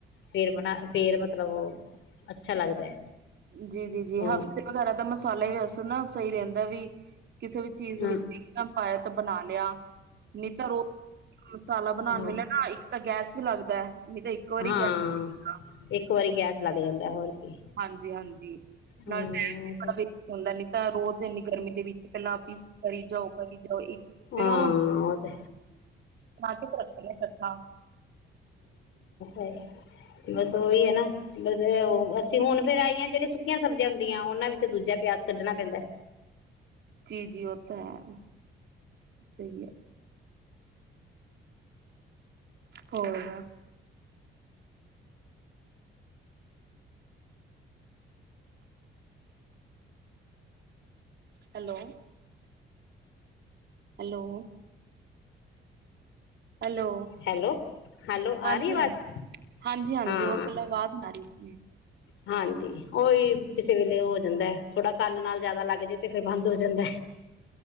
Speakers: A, on the left (about 75°); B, on the right (about 60°).
A: ਫੇਰ ਬਣਾ ਫੇਰ ਮਤਲਬ ਅੱਛਾ ਲੱਗਦਾ ਹੈ
B: ਜੀ -ਜੀ -ਜੀ
A: ਹਮ
B: ਹਫ਼ਤੇ ਵਗੈਰਾ ਦਾ ਮ ਮਸਾਲਾ ਵੀ ਵੈਸੇ ਨਾ ਸਹੀ ਰਹਿੰਦਾ ਵੀ ਕਿਸੇ ਵੀ ਚੀਜ਼
A: ਹਮ
B: ਵਿੱਚ ਦੇਮ ਪਾਇਆ ਤਾਂ ਬਣਾ ਲਿਆ ਨਹੀਂ ਤਾਂ ਰੋਜ਼ ਮਸਾਲਾ ਬਣਾਉਣ
A: ਹਮ
B: ਵੇਲੇ ਨਾ ਇੱਕ ਤਾਂ ਗੈਸ ਲੱਗਦਾ ਹੈ। ਨਹੀਂ ਤਾਂ ਇੱਕੋ ਵਾਰੀ
A: ਹਾਂ
B: ਗੈਸ ਲੱਗੇਗਾ।
A: ਇੱਕ ਇੱਕ ਵਾਰੀ ਗੈਸ ਲੱਗ ਜਾਂਦਾ ਹੋਰ। ਕੀ
B: ਹਾਂਜੀ ਹਾਂਜੀ
A: ਹਮ
B: ਨਾਲ ਟਾਈਮ ਵੀ ਵੇਸਟ ਹੁੰਦਾ ਨੀ ਤਾਂ ਰੋਜ਼ ਜਿੰਨੀ ਗਰਮੀ ਦੇ ਵਿੱਚ ਪਹਿਲਾਂ ਆਪ ਹੀ ਕਰੀ ਜਾਓ ਕਰੀ ਜਾਓ ਇੱਕ ਫਿਰ
A: ਹਾਂ
B: ਉਹ ਹੁੰਦਾ,
A: ਉਹ ਤੇ
B: ਬਣਾ ਕੇ ਤੇ ਰੱਖੇ ਨੇ ਇਕੱਠਾ
A: ਹੇਹੀ। ਬਸ ਉਹੀ ਹੈ। ਨਾ ਬਸ ਅਸੀਂ ਹੁਣ ਫੇਰ ਆਈ ਹ ਜਿਹੜੀਆਂ ਸੁੱਕੀਆਂ ਸਬਜ਼ੀਆਂ ਹੁੰਦੀਆਂ ਉਹਨਾਂ ਵਿੱਚ ਦੂਜਾ ਪਿਆਸ ਕੱਢਣਾ ਪੈਂਦਾ
B: ਜੀ -ਜੀ ਉਹ ਤਾਂ ਹੈ। ਸਹੀ ਹੈ। ਹੋਰ- hello hello hello
A: hello hello
B: ਹਾਂਜੀ
A: ਆ ਰਹੀ ਆਵਾਜ਼
B: -ਹਾਂਜੀ -ਹਾਂਜੀ -ਹਾਂਜੀ
A: ਹਾਂ
B: ਉਹ ਪਹਿਲਾ ਆਵਾਜ ਆ ਰਹੀ ਸੀ। ਹੂ
A: ਹਾਂਜੀ ਉਹ ਵੀ ਕਿਸੇ ਵੇਲੇ ਹੋ ਜਾਂਦਾ ਥੋੜਾ ਕੰਨ ਨਾਲ ਜਿਆਦਾ ਲੱਗ ਜਾੇ ਤੇ ਫਿਰ ਬੰਦ ਹੋ ਜਾਂਦਾ।